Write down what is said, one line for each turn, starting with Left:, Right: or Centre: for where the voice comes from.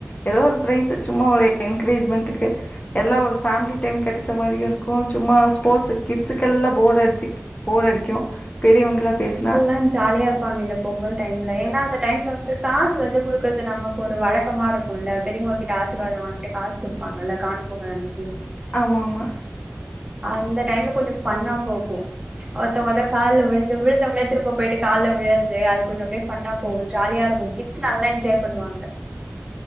Left: எதோ ஒரு ப்ரைஸு சும்மா ஒரு என்கரேஜ்மன்ட்டுக்கு எல்லா ஒரு ஃபேம்லி டைம் கெடச்ச மாரியு இருக்கு சும்மா ஸ்போர்ட்ஸு கிட்ஸுக்கெல்லா போர் அடிச்சி போர் அடிக்கும் பெரியவங்களா பேஸ்னா
Right: அ ஜாலியாருப் பாங்க இந்த பொங்கல் டைம்ல ஏனா அந்த டைம்ல வந்து காசு வந்து குடுக்கற்து நமக்கு ஒரு வழக்கமாருக் குல்ல பெரியவ்ங்க கிட்ட ஆசிர்வாதம் வாங்கிட்டு காஸ் குடுப்பாங்கல்ல காணும் பொங்கல் அன்னிக்கி
Left: ஆமா ஆமா
Right: அந்த டைம்ல கொஞ்சோ ஃபன்னா போகும் ஒருத்தவுங்க வந்து கால்ல விழுந்து விழுந்தவுங்களே திரும்ப போயிட்டு கால்ல விழறது அது கொஞ்சோ அப்டே ஃபன்னா போகு ஜாலியாருக்கும் கிட்ஸ் நல்லா என்ஜாய் பண்வாங்க